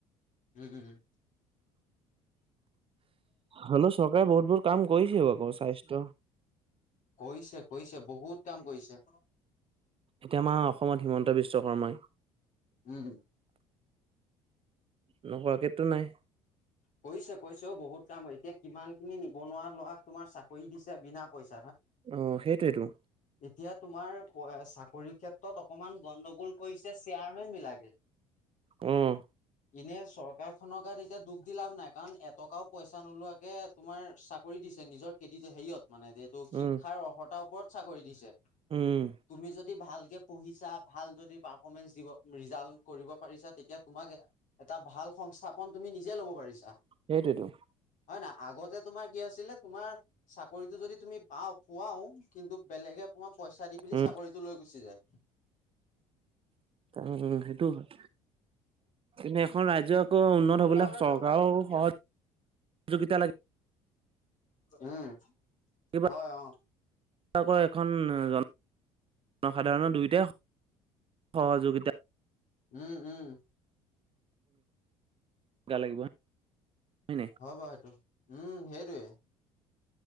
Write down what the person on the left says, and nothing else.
উম উম উম
কৈছে কৈছে বহুত কাম কৰিছে।
উম হম।
কৈছে কৈছেও বহুত কাম এতিয়া কিমান খিনি নিবনুৱা লৰাক তোমাৰ চাকৰি দিছে বিনা পইচা
এতিয়া তোমাৰ চাকৰি ক্ষেত্ৰত অকমান গণ্ডগোল কৰিছে চেয়াৰমেন বিলাকে।
এনে চৰকাৰ খনক গাত এতিয়া দুখ। লাভ নাই কাৰণ এটকাও পইচা নোলোৱাকে তোমাৰ চাকৰি দিছে নিজৰ কেৰডিট হেৰিয়ত। মানে যিহেতু শিক্ষাৰ
অৰ্হতাৰ ওপৰত চাকৰি দিছে।
তুমি যদি ভালকে পঢ়িছা ভাল যদি পাৰ্ফমেন্ঞ্চ দিব ৰিজাল্ট কৰিব পাৰিছা তেতিয়া তোমাক। এটা ভাল সংস্থাপন তুমি নিজে ল'ব। পাৰিছা
হয় নাই আগতে তোমাৰ কি আছিলে তোমাৰ চাকৰিতটো যদি তুমি পাও পুৱাও কিন্তু বেলেগে পইচা দি পেলি
চাকৰিটো লৈ গুচি যায়।
এনেকুৱা
অৰ্ডাৰ
দিয়ক না বিশ টকীয়া
উম
হয় অ।
উম উম।
হয় বাৰু সেইটো উম সেইটোৱে।